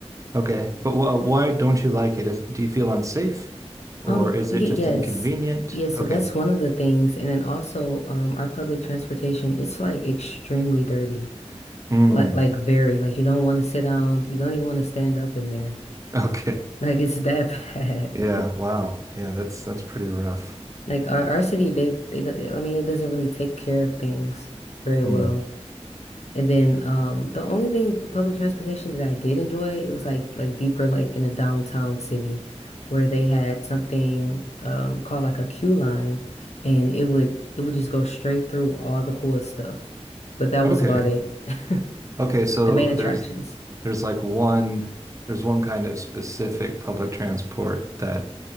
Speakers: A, on the right; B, on the left.
A: Okay, but wh why don't you like it? Is, do you feel unsafe or
B: Um,
A: is
B: y
A: it just
B: yes.
A: inconvenient?
B: Yes,
A: Okay.
B: so that's one of the things. And then also, um, our public transportation, it's like extremely dirty.
A: Mm,
B: Like like very like you don't want to sit down, you don't even want to stand up in there. <laughs>
A: <laughs> okay.
B: Like it's that <laughs> bad.
A: Yeah, wow. Yeah, that's that's pretty rough.
B: Like our our city, they they do- I mean it doesn't really take care of things very well.
A: Hmm.
B: And then um the only thing public transportation that I did enjoy, it was like like deeper like in a downtown city where they had something um called like a queue line and it would it would just go straight through all the cool stuff. But that
A: Okay.
B: was about it. <laughs>
A: Okay, so
B: The main attractions.
A: there's there's like one there's one kind of specific public transport that